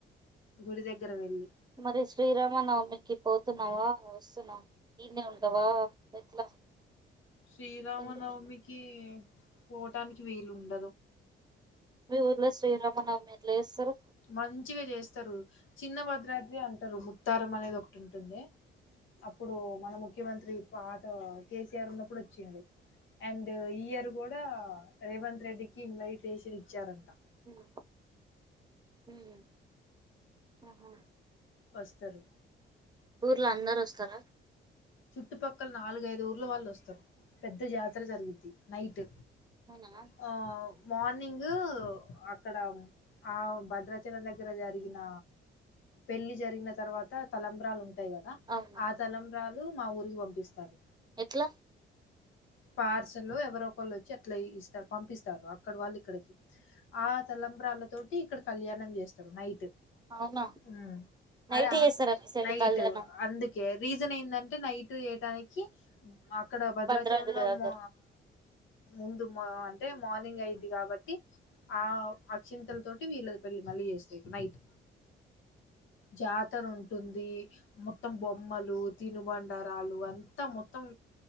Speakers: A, on the left; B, on the right.
A: గుడి దగ్గర వెళ్ళి
B: మరి శ్రీరామ నవమి కి పోతున్నావా వస్తున్నావ ఇడినే ఉంటవా ఎట్లా
A: శ్రీరామనవమికి
B: ఇంటికి
A: పోవటానికి వీలు ఉండ
B: మీ ఊర్లో శ్రీరామనవమి ఎట్ల చేస్తర్
A: మంచిగ చేస్తరు చిన్న భద్రాద్రి అంటారు. ముత్తారం అనేది ఒకటి ఉంటుంది. అప్పుడు మన ముఖ్యమంత్రి పాత కేసీఆర్ ఉన్నప్పుడు వచ్చింది. అండ్ ఈ ఇయర్ కూడా రేవంత్ రెడ్డికి ఇన్వైటేషన్ ఇచ్చారంట.
B: హుమ్ హుమ్ ఆహా
A: వస్తరు
B: ఊర్లో అందరు వస్తార
A: చుట్టుపక్కల నాలుగైదు ఊర్లో వాళ్ళు వస్తారు. పెద్ద జాతర జరిగిద్ది. నైట్
B: అవునా
A: ఆ మార్నింగూ అక్కడ ఆ భద్రాచలం దగ్గర జరిగిన పెళ్లి జరిగిన తర్వాత తలంబ్రాలు ఉంటాయి కదా.
B: అవునా
A: ఆ తలంబ్రాలు మా ఊరికి పంపిస్తారు.
B: ఎట్ల
A: పార్సల్ ఎవరో ఒకళ్ళు వచ్చి అట్లా ఇస్తారు పం ఇప్పిస్తారు అక్కడ వాళ్ళు ఇక్కడికి ఆ తలంబ్రాళ్ల తోటి ఇక్కడ కళ్యాణం చేస్తారు నైట్
B: అవునా
A: ఉమ్
B: నైట్
A: అదా
B: చేస్తారా మీ సైడ్
A: నైట్
B: కళ్యాణం
A: అందుకే రీజన్ ఏందంటే నైట్ దానికి అక్కడ భద్రాచలంలో
B: భద్రాద్రి దగ్గర
A: ము ముందుక్ తె మార్నింగ్ అయిద్ది కాబట్టి ఆ వచిన్ ల తోటి వీళ్ళ పెళ్ మళ్ళీ చేస్తాయి నైట్ జాతర ఉంటుంది. మొత్తం బొమ్మలు, తినుబండరాలు అంతా మొత్తం